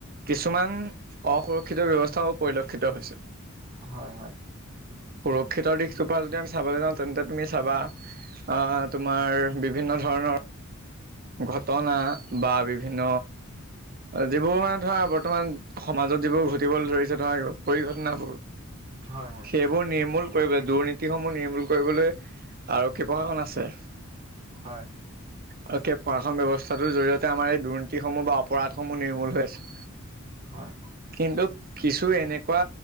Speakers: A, on the right; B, on the right.
A: কিছুমান অসুৰক্ষিত ব্যৱস্থাও পৰিলক্ষিত হৈছে।
B: হয় হয়
A: সুৰক্ষিতৰ দিশটোৰ পৰা যদি আমি চাবলে যাওঁ তেন্তে তুমি চাবা অ', অ', তোমাৰ বিভিন্ন ধৰণৰ ঘটনা বা বিভিন্ন যিবোৰ মানে ধৰা বৰ্তমান সমাজত যিবোৰ ঘটিবলে ধৰিছে ধৰা পৰিঘটনাবোৰ,
B: হয়
A: সেইবোৰ নিৰ্মূল কৰিবলে, দুৰ্নীতিসমূহ নিৰ্মূল কৰিবলৈ। আৰক্ষী প্ৰশাসন আছে।
B: হয়
A: তাকে প্ৰশাসন ব্যযৱস্থাটোৰ জৰিয়তে আমাৰ এই দুৰ্নীতিসমূহ বা অপৰাধসমূহ নিৰ্মূল হৈ আছে।
B: হয়।
A: কিন্তু কিছু এনেকুৱা